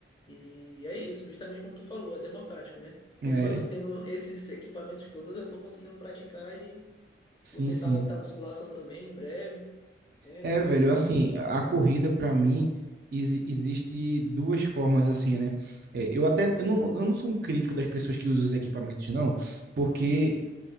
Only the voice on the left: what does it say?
E é isso, justamente como tu falou, é democrático, né?
Mesmo eu não tendo esses equipamentos todos, eu tô conseguindo praticar e
vou tentar
voltar à musculação também em breve, né?
Que
eu